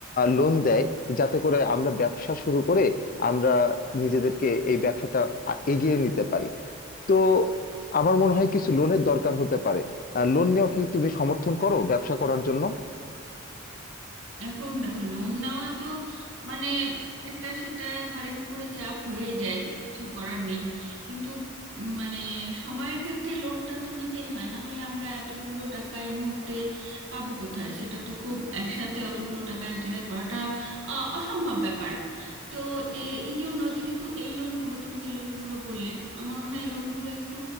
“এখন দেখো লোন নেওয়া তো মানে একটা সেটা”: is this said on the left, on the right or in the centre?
Right